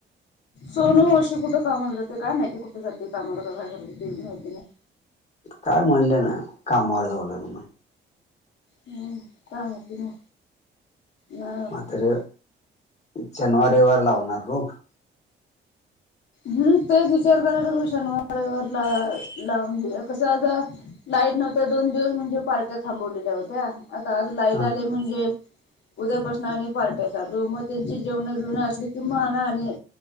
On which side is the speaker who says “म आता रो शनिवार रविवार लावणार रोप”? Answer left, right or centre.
Left